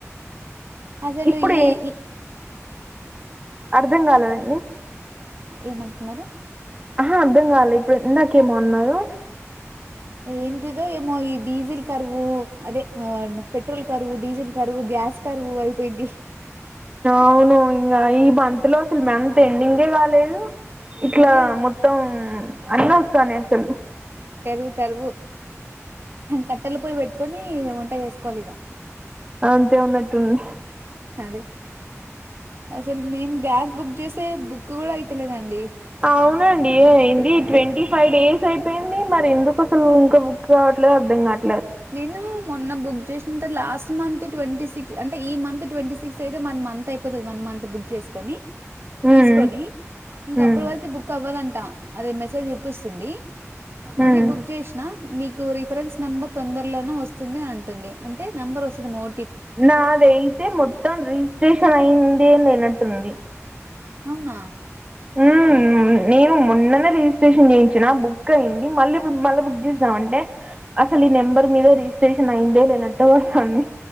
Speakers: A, on the right; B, on the right.
A: అసలు
B: ఇప్పుడు
A: ఈ ఇ
B: అర్ధం కాలేదండి
A: ఏమంటున్నారు
B: ఆహా అర్థంకాలే ఇప్పుడు ఇందాకేమో అన్నారు
A: ఏంటిదో ఏమో ఈ డీజిల్ కరువు అదే ఆ పెట్రోల్ కరువు డీజిల్ కరువు గ్యాస్ కరువు అయిపోయిద్ది
B: అవును ఇంగా ఈ బ దులో అసలు మంత్ ఎండింగే కాలేదు ఇట్లా
A: అదే
B: మొత్తం అన్న స్తనే అసలు
A: కరువు కరువు కట్టెలపొయ్యి పెట్టుక్ కొని వంట చేసుకోవాలి ఇగ
B: అంతే ఉన్నట్టుంది
A: అదే అసలు మేమ్ గ్యాస్ బుక్ చేస్తే బుక్ కూడా అయితలేదండి
B: అవునండి ఏ ఏంది ట్వంటీ ఫైవ్ డేస్ అయిపోయింది మరి ఎందుకు అసలు ఇంకా బుక్ కావట్లేదు అర్ధం కావ
A: నేను మొ న్న బుక్ చేసిన లాస్ట్ మంత్ ట్వంటీ సిక్స్ అంటే ఈ మంత్ ట్వంటీ సిక్స్ అయితే వన్ మంత్ అయిపోతది వన్ మంత్ బుక్ చేసుకొని తీసుకొని
B: ఉమ్,
A: ఇంక
B: ఉమ్,
A: అప్పటి వరకు బుక్ అవ్వదంటా అది మెసేజ్ చూపిస్తుంది మళ్ళీ
B: ఉమ్.
A: బుక్ చేసిన మీకు రిఫరెన్స్ నెంబర్ తొందర్లోనే వస్తుంది అంటుంది అంటే నెంబర్ వస్తుంది ఓ
B: నాదైతే మొత్తం రిజిస్ట్రేషన్ అయింది ఉంది లేనట్టుంది.
A: అవునా
B: ఉహ్మ్ నేను మొన్ననే రిజిస్ట్రేషన్ చేయించిన బుక్ అయ్యింది. మళ్ళీ ఇప్పుడు మళ్ళ బుక్ చేద్దాం. అంటే అసలు ఈ నెంబర్ మీద రిజిస్ట్రేషన్ అయ్యిందే లేనాట్టు వస్తంది.